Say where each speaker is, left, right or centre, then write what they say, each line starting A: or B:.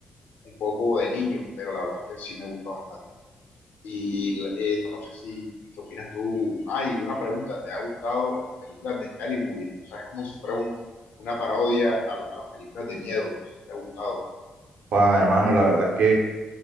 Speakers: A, on the left; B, on the right.
A: un poco de niños, pero la verdad es que sí me gusta bastante. Y eh, no sé si, ¿qué opinas tú? Ay, una pregunta, ¿te ha gustado las películas de Scary Movie? O sea, es como si fuera un, una parodia a, la- a las películas de miedo, no sé si te ha gustado.
B: Guau, hermano, la verdad es que